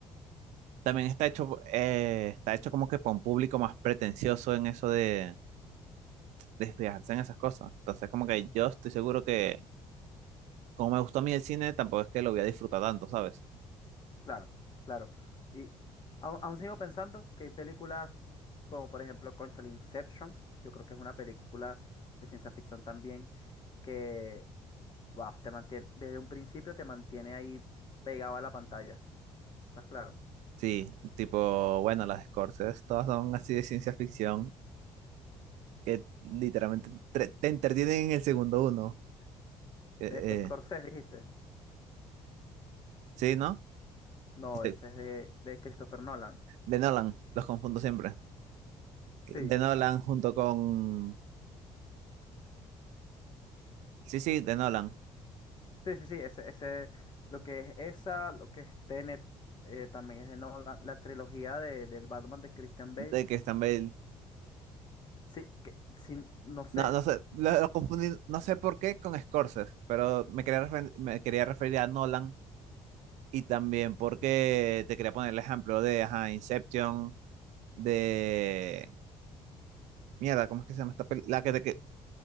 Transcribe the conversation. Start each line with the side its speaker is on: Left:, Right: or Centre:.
Right: también está hecho, eh, está hecho como que para un público más pretencioso en eso de desfijarse en esas cosas. Entonces, como que yo estoy seguro que, como me gustó a mí el cine, tampoco es que lo voy a disfrutar tanto, ¿sabes?
Left: Claro, claro. Y au- aún, sigo pensando que hay películas como por ejemplo Conchal Inception, yo creo que es una película de ciencia ficción también que, wow, te mantiene, desde un principio te mantiene ahí pegado a la pantalla, ¿estás claro?
Right: Sí, tipo, bueno, las de Scorsese todas son así de ciencia ficción, que literalmente tre- te entretienen en el segundo uno. Eh,
Left: De Scorsese
Right: eh,
Left: dijiste.
Right: sí, ¿no?
Left: No,
Right: Este,
Left: ese es de, de Christopher Nolan.
Right: De Nolan, los confundo siempre.
Left: Sí,
Right: De Nolan junto con... Sí, sí, de Nolan,
Left: sí, sí, sí, ese, ese, lo que es esa, lo que es Tenet, eh, también es de Nolan, la trilogía de, del Batman de Christian Bale.
Right: de que también...
Left: Sí, que, sin, no sé.
Right: No, no sé, lo, lo confundí, no sé por qué con Scorsese, pero me quería, refer- me quería referir a Nolan Y también porque te quería poner el ejemplo de ajá, Inception, de... Mierda, ¿cómo es que se llama esta película? La que te... que-